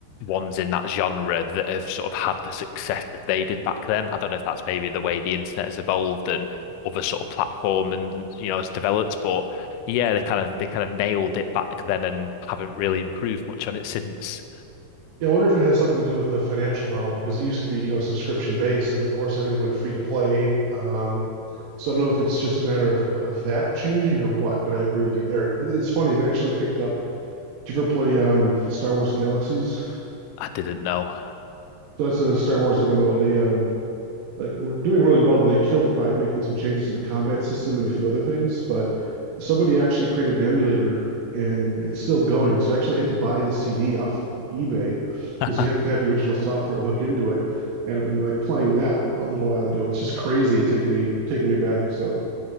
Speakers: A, on the left; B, on the right.
A: ones in that genre that have sort of had the success that they did back then. I don't know if that's maybe the way the internet has evolved and other sort of platform and you know has developed, but yeah, they kind of they kind of nailed it back then and haven't really improved much on it since.
B: Yeah, I wonder if it has something to do with the financial model because it used to be, you know, subscription based, and of course everything went free to play. Um, so I don't know if it's just a matter of of that changing or what, but I agree with you there. It's funny. I've actually picked up. Did you ever play um, Star Wars Galaxies?
A: I didn't know.
B: So that's a Star Wars MMO. They um, like we're doing really well, then they killed it by making some changes to the combat system and a few other things. But somebody actually created an emulator and it's still going. So I actually had to buy the CD off like eBay
A: <laughs>
B: because you have to have the original software to hook into it. And I've been like playing that a little while ago, and it's just crazy taking me taking me back. So